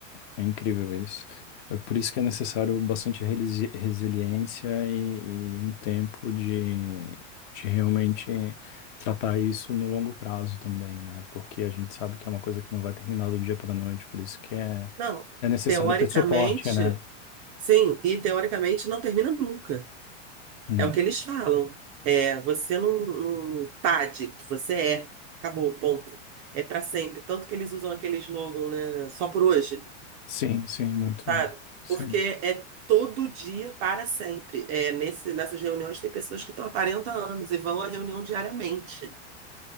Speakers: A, on the left (about 40°); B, on the right (about 25°).
A: É, é incrível isso. É por isso que é necessário bastante relisi- resiliência e, e um tempo de, de realmente tratar isso no longo prazo também, né? Porque a gente sabe que é uma coisa que não vai terminar do dia para a noite, por isso que é,
B: Não.
A: é necessário
B: Teoricamente,
A: ter suporte, né?
B: sim, e teoricamente não termina nunca.
A: Hum.
B: É o que eles falam. É, você não, não tá adicto, você é. Acabou, ponto. É pra sempre. Tanto que eles usam aquele slogan, né? Só por hoje.
A: Sim, sim, muito.
B: sabe?
A: Sim.
B: Porque é todo dia para sempre. É, nesse, nessas reuniões tem pessoas que estão há 40 anos e vão à reunião diariamente,